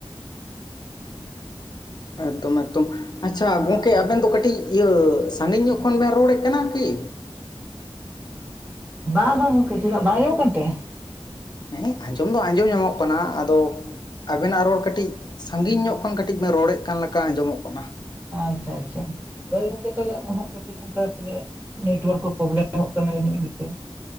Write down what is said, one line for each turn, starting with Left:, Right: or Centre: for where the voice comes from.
Left: ᱮᱠᱫᱚᱢ ᱮᱠᱫᱚᱢ ᱾ ᱟᱪᱪᱷᱟ ᱜᱚᱝᱠᱮ ᱟᱵᱮᱱ ᱫᱚ ᱠᱟᱹᱴᱤᱡ ᱤᱭᱟᱹ ᱥᱟᱺᱜᱤᱧ ᱧᱚᱜ ᱠᱷᱚᱱ ᱵᱮᱱ ᱨᱚᱲᱮᱜ ᱠᱟᱱᱟ ᱠᱤ?
Right: ᱵᱟᱝ ᱵᱟᱝ ᱜᱚᱝᱠᱮ, ᱪᱮᱫᱟᱜ ᱵᱟᱝ ᱟᱸᱡᱚᱢᱚᱜ ᱠᱟᱱ ᱛᱮ?
Left: ᱦᱮᱸ ᱟᱸᱡᱚᱢ ᱫᱚ ᱟᱸᱡᱚᱢ ᱧᱟᱢᱚᱜ ᱠᱟᱱᱟ᱾ ᱟᱫᱚ ᱟᱵᱮᱱᱟᱜ ᱨᱚᱲ ᱠᱟᱹᱴᱤᱡ ᱥᱟᱺᱜᱤᱧ ᱧᱚᱜ ᱠᱷᱚᱱ ᱠᱟᱹᱴᱤᱡ ᱵᱮᱱ ᱨᱚᱲᱮᱫ ᱠᱟᱱ ᱞᱮᱠᱟ ᱟᱸᱡᱚᱢᱚᱜ ᱠᱟᱱᱟ ᱾
Right: ᱟᱪᱪᱷᱟ ᱟᱪᱪᱷᱟ ᱾ ᱦᱳᱭ ᱜᱚᱝᱠᱮ ᱛᱟᱦᱟᱞᱮ ᱚᱦᱚᱸᱜ ᱠᱟᱹᱴᱤᱡ ᱚᱱᱠᱟ ᱛᱚᱵᱮ ᱱᱮᱴᱣᱟᱨᱠ ᱠᱚ ᱯᱨᱚᱵᱞᱮᱢᱚᱜ ᱠᱟᱱᱟ ᱡᱟᱹᱱᱤᱡ ᱦᱳᱭ ᱛᱚ ᱾